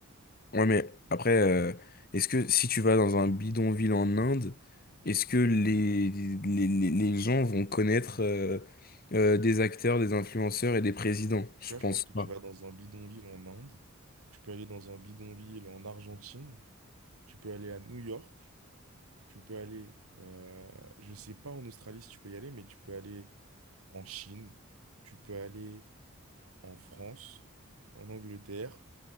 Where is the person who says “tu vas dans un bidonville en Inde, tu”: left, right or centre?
Right